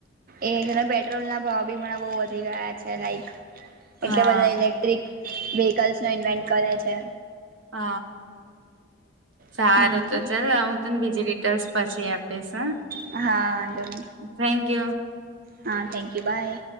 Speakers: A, on the right (about 50°); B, on the right (about 85°).
A: એ જેના પેટ્રોલ ના ભાવ બી હમણાં બહુ વધી ગયા છે લાઈક
B: હા.
A: એટલે બધા ઇલે. વિહિકલ <unintelligible> કરે છે.
B: હ સારું
A: હમ
B: તો ચલ હવે હું તને બીજી રી. લ્સ પછી આપીશ હ.
A: હા. વાંધો નહી.
B: Thank you.
A: હા, થેન્ક યુ બાય.